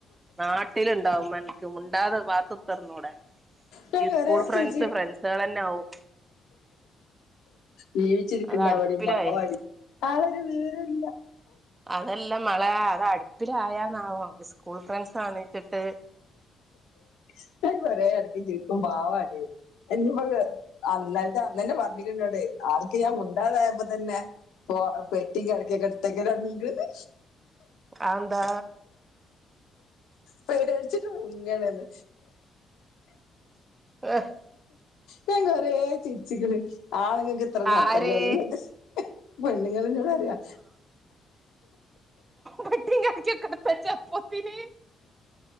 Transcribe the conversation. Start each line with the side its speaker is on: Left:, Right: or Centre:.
Right: നാട്ടിലുണ്ടാവും എനക്ക് ഉണ്ടാതെ പാത്തത്തർന്നൂടെ
Left: ഞാൻ
Right: ഈ
Left: കൊറേ
Right: സ്കൂൾ ഫ്രണ്ട്സ്
Left: ചിരിച്ച്
Right: ഫ്രണ്ട്സുകൾന്നെ ആകവും
Left: ജീവിച്ചിരിക്കണ്ടാ
Right: അത് അടുപ്പിലായി
Left: പടി പവാടി ആളൊരു വിവരമല്ല
Right: അതെല്ലാം മള അത് അടുപ്പിലായന്നാവോ സ്കൂൾ ഫ്രണ്ട്സ്ണച്ചിട്ട്
Left: ഇഷ്ടം പോലെ ഇടക്ക ജീവിക്കു പാവാല്ല എപ്പൊ അന്നരത്തെ അന്നന്നെ വർണിക്കണ്ടോടെ ആർക്ക് ഞാൻ മുണ്ടാതായ്പ തന്നെ ഇ പെട്ടി കടക്കെടത്തക്കീണ് അറങ്ങിക്കണ്
Right: ആന്താ
Left: പേടിച്ചിട്ട് മുങ്ങണന്ന്
Right: ആഹ്
Left: ഞാ കൊറേ ചിരിച്ചിക്കണ് ആണ്ങ്ങക്ക് ഇത്ര നട്ടല്ലള്ളു
Right: ആര്
Left: പെണ്ണുങ്ങളന്നൊട് പറയാ
Right: പെട്ടി കെടക്കേ ഒക്കേ എടുത്ത് വെചൊ പോയിനെ